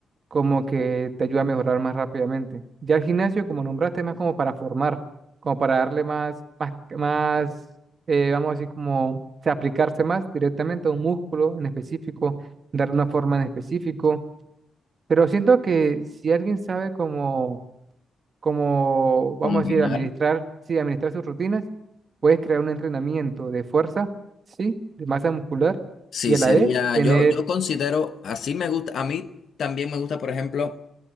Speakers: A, on the right; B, on the left.
A: como que te ayuda a mejorar más rápidamente. Ya el gimnasio, como nombraste, es más como para formar, como para darle más, más, más eh, vamos a decir, como o sea, aplicarse más directamente a un músculo en específico, darle una forma en específico. Pero siento que si alguien sabe como como, vamos
B: Combinar.
A: a decir, administrar, sí, administrar sus rutinas, puedes crear un entrenamiento de fuerza, sí, de masa muscular
B: Sí,
A: y a
B: sería,
A: la vez tener,
B: yo, yo considero, así me gusta, a mí también me gusta, por ejemplo,